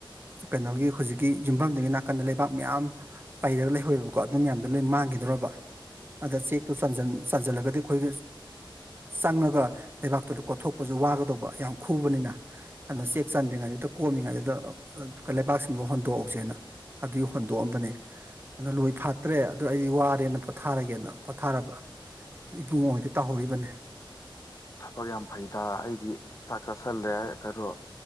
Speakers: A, on the right (about 25°); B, on the left (about 35°).
A: ꯀꯩꯅꯣꯒꯤ ꯍꯧꯖꯤꯛꯀꯤ ꯌꯨꯝꯐꯝꯗꯒꯤ ꯅꯥꯀꯟꯗ ꯂꯩꯕꯥꯛ ꯃꯌꯥꯝ ꯄꯩꯔꯒ ꯂꯩꯍꯧꯦꯕꯀꯣ ꯑꯗꯨ ꯃꯌꯥꯝꯗꯣ ꯂꯣꯏ ꯃꯥꯡꯈꯤꯗꯔꯕ ꯑꯗ ꯆꯦꯛꯇꯣ ꯆꯟꯁꯤꯜꯂꯒꯗꯤ ꯑꯩꯈꯣꯏꯒꯤ ꯆꯪꯉꯒ ꯂꯩꯕꯥꯛꯇꯨꯗ ꯀꯣꯊꯣꯛꯄꯁꯨ ꯋꯥꯒꯗꯧꯕ ꯌꯥꯝ ꯈꯨꯕꯅꯤꯅ ꯑꯗꯨꯗ ꯆꯦꯛ ꯆꯟꯗ꯭ꯔꯤꯉꯩꯗꯨꯗ ꯀꯣꯝꯃꯤꯉꯩꯗꯨꯗ ꯂꯩꯕꯥꯛꯁꯤꯡꯗꯣ ꯍꯣꯟꯗꯣꯛꯍꯧꯁꯦꯅ ꯑꯗꯨꯒꯤ ꯍꯣꯟꯗꯣꯛꯑꯝꯕꯅꯦ ꯑꯗꯨꯗ ꯂꯣꯏ ꯐꯥꯠꯇ꯭ꯔꯦ ꯑꯗꯨ ꯑꯩꯗꯤ ꯋꯥꯔꯦꯅ ꯄꯣꯊꯥꯔꯒꯦꯅ ꯄꯣꯊꯥꯔꯕ ꯏꯕꯨꯡꯉꯩꯛꯇ ꯇꯥꯍꯧꯔꯤꯕꯅꯤ
B: ꯊꯕꯛ ꯌꯥꯝ ꯐꯩꯗ ꯑꯩꯗꯤ ꯆꯥꯛ ꯆꯥꯁꯤꯜꯂꯦ ꯀꯩꯅꯣ